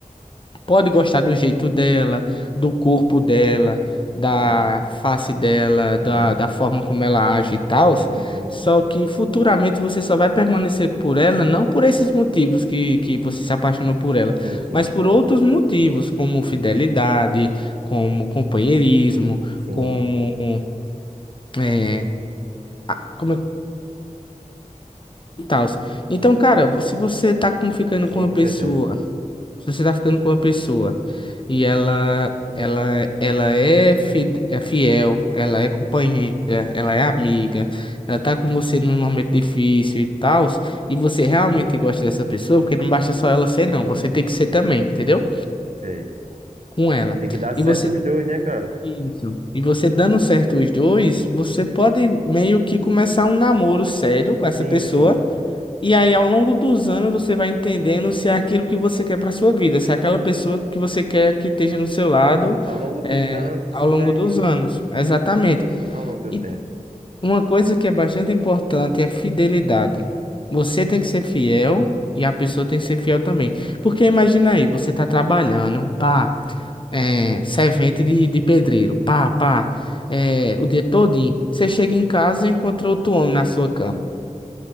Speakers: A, on the left (about 35°); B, on the right (about 60°).
A: pode gostar do jeito dela, do corpo dela, da
B: Uhum,
A: face dela,
B: uhum,
A: da, da forma como ela age e tal,
B: uhum.
A: só que futuramente você só vai permanecer por ela, não por esses motivos que, que você se apaixonou por ela,
B: Sim, sim.
A: mas por outros motivos, como fidelidade, como companheirismo,
B: Sim,
A: como. É, a- como é que tal? Então, cara, se você tá com- ficando
B: sim,
A: com uma
B: com
A: pessoa.
B: certeza.
A: Se você tá ficando com uma pessoa e ela ela ela é fide- é fiel, ela é companheira, ela é amiga, ela tá com você num momento difícil e tal, e você realmente gosta dessa pessoa, porque não basta só ela ser não, você tem que ser também, entendeu?
B: Sei.
A: Com ela.
B: Tem que dar certo
A: E você
B: os dois, né, cara?
A: isso. E você dando certo os dois, você pode meio que começar um namoro sério com
B: Sim,
A: essa pessoa
B: sim.
A: e aí, ao longo dos anos, você vai entendendo se é aquilo que você quer para sua vida, se é aquela pessoa que você quer que esteja no seu lado,
B: Ao longo dos
A: é,
B: anos você
A: ao longo
B: vai.
A: dos anos. Exatamente.
B: Ao longo do
A: E
B: tempo.
A: uma coisa que é bastante importante é a fidelidade. Você tem que ser fiel e a pessoa tem que ser fiel também. Porque imagina aí, você está trabalhando, pá, é, servente de, de pedreiro, pá, pá, é, o dia todinho. Você chega em casa e encontra outro homem na sua cama.